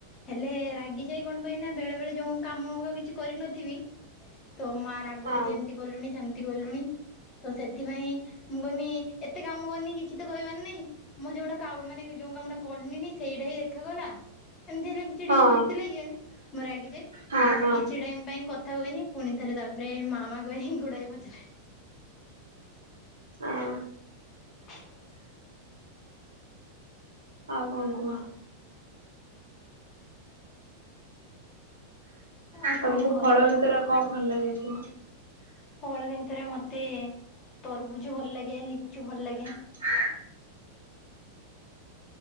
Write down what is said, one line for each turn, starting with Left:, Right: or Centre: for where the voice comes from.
Left: ହେଲେ ରାଗି ଯାଇ କଣ ପାଇଁ ନା ବେଳେ ବେଳେ ଯୋଉଁ କାମ ଅକା କିଛି କରିନଥିବି, ତ ମା ରାଗନ୍ତି
Right: ହଁ
Left: ଏମତି କଲୁଣି, ସେମତି କଲୁଣି ତ ସେଥିପାଇଁ ମୁଁ କହିମି, ଏତେ କାମ କରିନି କିଛି ତ କହିବାର ନାହିଁ ମୁଁ ଯୋଉଟା କା ମାନେ ଯୋଉ କାମଟା କରଲିଣିି, ସେଇଟା ହିଁ ଦେଖାଗଲା। ଏମତି ହେଲା କି ଏମତି
Right: ହଁ
Left: ଟିକେ ଯୁକ୍ତି ଲାଗିଗଲେ, ମୁଁ ରାଗି ଯାଏ।
Right: ହଁ
Left: ବାସ୍
Right: ହଁ
Left: କିଛି ଟାଇମ୍ ପାଇଁ କଥା ହୁଏନି ପୁଣି ଥରେ ତାପରେ ମାମା କହେ, ଗୁଡାଏ ପଛରେ
Right: ଆଉ
Left: <inaudible>
Right: ଆଉ କଣ କୁହ?
Left: ଆଉ
Right: ତମକୁ
Left: କଣ କହିବି
Right: ଫଳ ଭିତରେ କଣ ଭଲ ଲାଗିଥିବ?
Left: ଫଳ ଭିତରେ ମତେ ତରଭୁଜ ଭଲ ଲାଗେ ଲିଚୁ ଭଲ ଲାଗେ
Right: ହଁ